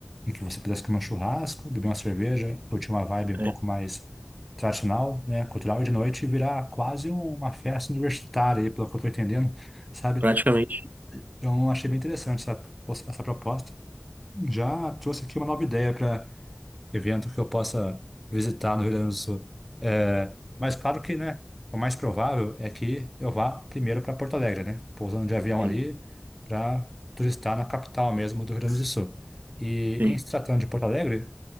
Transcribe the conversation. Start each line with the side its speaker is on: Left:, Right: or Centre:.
Centre: em que você pudesse comer um churrasco, beber uma cerveja, curtir uma vibe um
Right: É,
Centre: pouco mais tradicional, né, cultural, e de noite virar quase uma festa universitária, aí, pelo que eu tô entendendo, sabe?
Right: praticamente.
Centre: Então, achei bem interessante essa, essa proposta. Já trouxe aqui uma nova ideia para evento que eu possa visitar no Rio Grande do Sul. É, mas claro que, né, o mais provável é que eu vá primeiro para Porto Alegre, né, pousando de avião
Right: Sim,
Centre: ali para turistar na capital mesmo do Rio Grande do Sul. E
Right: sim.
Centre: em se tratando de Porto Alegre,